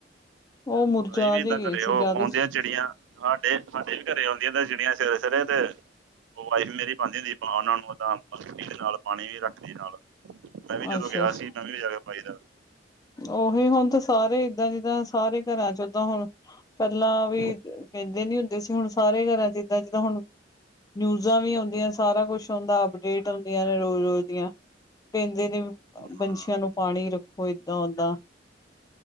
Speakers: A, on the left (about 20°); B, on the right (about 75°).
A: ਓ ਮੁਰਜਾ
B: ਅਸੀਂ ਵੀ
A: ਜੇਈ
B: ਏਦਾਂ
A: ਗਈ
B: ਘਰੇ
A: ਸੀ
B: ਉਹ
A: ਜਾਦੀਸ
B: ਆਉਂਦੀਆਂ ਚਿੜੀਆਂ ਸਾਡੇ -ਸਾਡੇ ਵੀ ਘਰੇ ਔਂਦੀਆਂ ਤੇ ਚਿੜੀਆਂ ਸਵੇਰੇ-ਸਵੇਰੇ ਤੇ ਓ ਵਾਈਫ ਮੇਰੀ ਪਾਂਦੀ ਹੁੰਦੀ ਓਨਾ ਨੂੰ ਏਦਾ ਪਾਣੀ ਵੀ ਰੱਖਦੀ ਨਾਲ ਮੈਂ ਵੀ ਜਦੋਂ
A: ਅੱਛਾ
B: ਗੇਆ
A: ਅੱਛਾ
B: ਸੀ। <unintelligible>
A: ਉਹੀ ਹੁਣ ਤੇ ਸਾਰੇ ਏਦਾਂ ਜਿੱਦਾਂ ਸਾਰੇ ਘਰਾਂ ਚ ਓਦਾਂ ਹੁਣ ਪੈਲਾਂ
B: ਹੂੰ।
A: ਵੀ ਕੈਂਦੇ ਨੀ ਹੁੰਦੇ ਸੀ। ਹੁਣ ਸਾਰੇ ਘਰਾਂ ਚ ਏਦਾਂ ਜਿੱਦਾਂ ਹੁਣ ਨਿਊਜਾਂ ਵੀ ਆਉਂਦੀਆਂ ਸਾਰਾ ਕੁਝ ਓਂਦਾ ਅਪਡੇਟ ਹੁੰਦੀਆਂ ਨੇ ਰੋਜ਼-ਰੋਜ਼ ਦੀਆਂ ਪੈਂਦੇ ਨੇ
B: ਹਾਂ
A: ਬੰਸ਼ੀਆਂ ਨੂੰ ਪਾਣੀ ਰੱਖ ਕੋਈ ਏਦਾਂ ਓਦਾਂ,